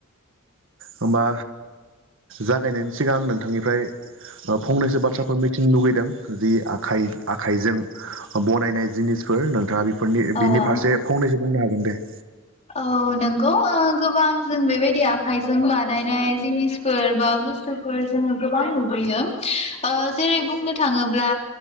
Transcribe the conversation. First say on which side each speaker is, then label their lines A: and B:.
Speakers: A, on the right; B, on the left.
A: होमबा जागायनायनि सिगां आं नोंथांनिफ्राय फंनैसो बाथ्राफोर मिथिनो लुगैदों जि आख-आखाइजों बनायनाय जिनिसफोर नोंथाङा बेफोरनि बिनि
B: अ
A: फारसे फंनैसो बुंनो हागोन दे ।
B: औ नंगौ गोबां जों बेबायदि आखाइजों बानायनाय जिनिसफोर बा बुस्थुफोर जोङो गोबां नुुबैयो ओ जेरै बुंनो थाङोब्ला